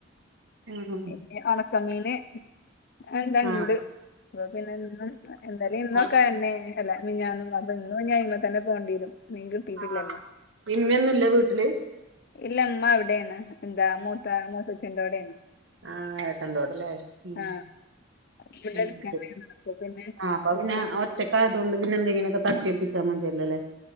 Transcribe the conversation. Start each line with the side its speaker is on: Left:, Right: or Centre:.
Right: ഉം
Left: പിന്നെ ഒണക്കമീന് എന്തോ
Right: ആ
Left: ഇണ്ട് അപ്പൊ പിന്നെ എന്നും ഇന്നലേം ഇന്നൊക്കെ
Right: ആ
Left: അതന്നെ അയ്നിം അല്ല മിനിഞ്ഞാന്നും അപ്പൊ ഇന്നും ഇഞ്ഞി അയ്മെ തന്നെ പോണ്ടി വരും മീൻ കിട്ടിയിട്ടില്ലല്ലോ
Right: ആഹ് ഇമ്മൊന്നുല്ലേ വീട്ടില്
Left: ഇല്ല ഇമ്മ അവിടെയാണ് എന്താ മൂത്ത മൂത്തച്ഛന്റെ അവിടെയാണ്
Right: ആഹ് ഏട്ടന്റെ അവിടെ ലേ ഉം
Left: ആ ഇവിടെ അടുത്ത്
Right: <inaudible>
Left: തന്നെയാണ് അപ്പൊ പിന്നെ
Right: ആഹ് അപ്പ
Left: എടുക്കാൻ.
Right: പിന്നെ ഒ ഒറ്റക്കായതുകൊണ്ട് പിന്നെ എന്തെങ്കിലോക്കെ തട്ടി ഒപ്പിച്ചാൽ മതിയല്ലോല്ലേ